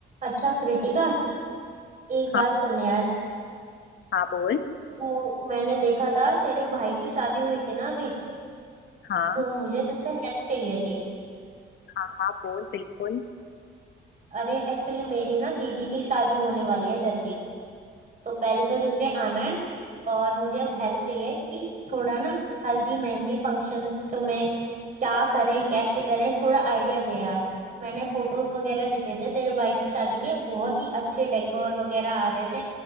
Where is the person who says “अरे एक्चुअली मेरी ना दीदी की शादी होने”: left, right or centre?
Right